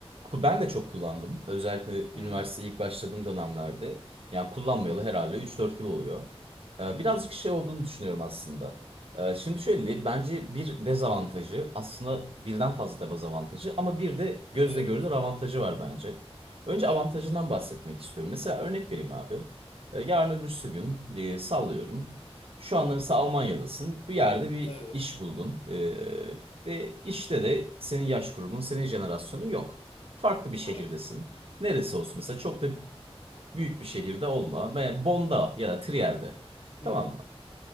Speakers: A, on the right (about 60°); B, on the left (about 75°).
A: ben de çok kullandım. Özellikle
B: Hmm.
A: üniversiteye ilk başladığım dönemlerde. Yani kullanmayalı herhalde üç dört yıl oluyor. Ee,
B: Hmm.
A: birazcık şey olduğunu düşünüyorum aslında. Ee, şimdi şöyle diyeyim. Bence bir dezavantajı aslında birden fazla dezavantajı ama bir de gözle
B: Evet.
A: görülür avantajı var bence. Önce
B: Evet.
A: avantajından bahsetmek istiyorum. Mesela örnek vereyim abi. Ee, yarın öbürsü gün e, sallıyorum. Şu anda mesela Almanya'dasın. Bir yerde bir
B: Evet.
A: iş buldun. Ee, ve işte de senin yaş grubun, senin jenerasyonun yok. Farklı bir şehirdesin.
B: Aynen.
A: Neresi olsun? Mesela çok da büyük bir şehirde olma. Me- Bond'a ya da Trier'de.
B: Hmm.
A: Tamam mı?